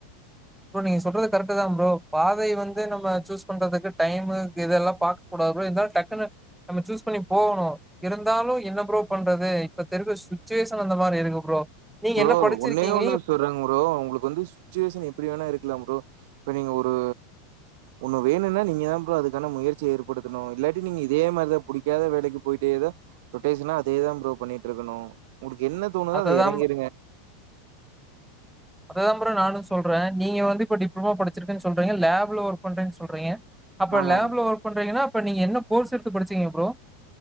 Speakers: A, in the centre; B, on the right (about 65°).
A: ப்ரோ நீங்க சொல்றது கரெக்ட் தா ப்ரோ பாதை வந்து நம்ம சூஸ் பண்றதுக்கு டைமு இததுெல்லா பாக்க கூடாது ப்ரோ இருாலு டக்குன்னு நம்ம சூஸ் பண்ணி போகணு இருந்தாலு என்ன ப்ரோ பண்றது இப்ப தெரியிற சுச்சுவேஷன் அந்த மாரி இருக்கு ப்ரோ நீங்க
B: பு்ரோ
A: என்ன படிச்சிருக்கீங்க?
B: ஒன்னே ஒண்ணு
A: நீங்க
B: சொல்றாங் பு்ரோ உங்களுக்கு வந்து சுச்சுவேஷன் எப்டி வேணா இருக்கலாம் ப்ரோ இப்ப நீங்க ஒரு ஒன்னு வேணும்னா நீங்கதா ப்ரோ அதுக்கான முயற்சிய ஏற்படுத்தணு இல்லாட்டி நீங்க இதே மாரிதா புடிக்காத வேலைக்கு போயிட்டேதா ரொட்டேஷனா அதேதா ப்ரோ பண்ணிட்டு இருக்கணு உங்களுக்கு என்ன தோணுதோ
A: அததான்
B: அத இறங்கிய
A: அததா ப்ரோ நானு சொல்றே நீங்க வந்து இப்போ டிப்ளமா பச்சிருக்கன்னு சொல்றீங்க லேப்ல ஒர்க் பண்றேன்னு சொல்றீங்க அப்ப
B: ஆமா
A: லேப்ல
B: ப்ரோ.
A: ஒர்க் பண்றீங்கன்னா இப்ப நீங்க என்ன கோர்ஸ் எடுத்து படிச்சீங்க ப்ரோ